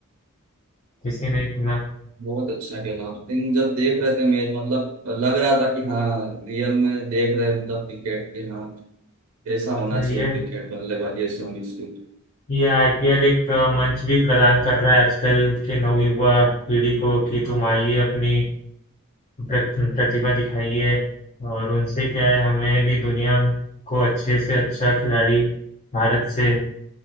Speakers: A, on the left (about 30°); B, on the right (about 75°).
A: किसी ने इतना
B: बहुत अच्छा खेला उस दिन जब देख रहे थे मैच मतलब लग रहा था कि हाँ रियल में देख रहे हैं मतलब क्रिकेट के हाँ ऐसा होना
A: तो
B: चाहिए
A: ये
B: क्रिकेट बल्लेबाजी ऐसी होनी चाहिए
A: ये आईपीएल एक अ, मंच भी प्रदान कर रहा है आजकल के नवयुवा पीढ़ी को कि तुम आइए अपनी प्रत- प्रतिभा दिखाइए और उनसे क्या है हमें भी दुनिया को अच्छे से अच्छा खिलाड़ी भारत से